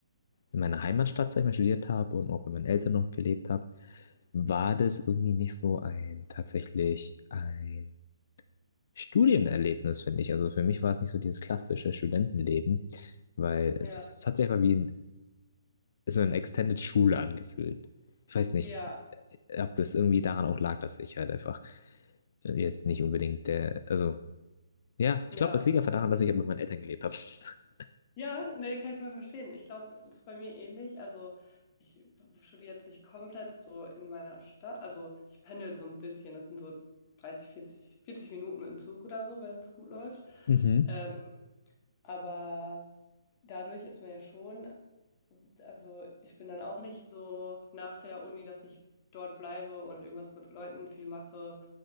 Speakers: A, on the left; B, on the left.
A: in meiner Heimatstadt, sag ich mal, studiert habe und auch bei meinen Eltern noch gelebt habe, war das irgendwie nicht so ein tatsächlich ein Studienerlebnis, finde ich. Also für mich war es nicht so dieses klassische Studentenleben, weil
B: Ja,
A: es, es hat sich einfach wie ein, so eine Extended Schule angefühlt. Ich weiß nicht,
B: ja,
A: ob das irgendwie daran auch lag, dass ich halt einfach jetzt nicht unbedingt der, also ja, ich
B: ja.
A: glaube, das liegt einfach daran, dass ich halt bei meinen Eltern gelebt habe. <laughs>
B: Ja, nee, kann ich voll verstehen. Ich glaube, das ist bei mir ähnlich. Also, ich studiere jetzt nicht komplett so in meiner Stadt. Also, ich pendel so ein bisschen. Das sind so 30, 40, 40 Minuten mit dem Zug oder so, wenn es gut läuft.
A: Mhm.
B: Ähm, Aber dadurch ist man ja schon, also ich bin dann auch nicht so nach der Uni, dass ich dort bleibe und irgendwas mit Leuten viel mache